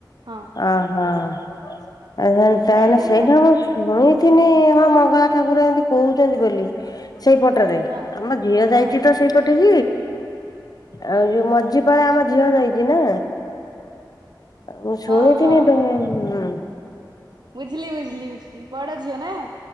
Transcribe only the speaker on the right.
ହଁ।
ଜାଣିଛନ୍ତି
ନା
ହଁ।
ହଁ
ହଁ ହଁ
ବୁଝିଲି- ବୁଝିଲି- ବୁଝିଲି ବଡ ଝିଅ ନା?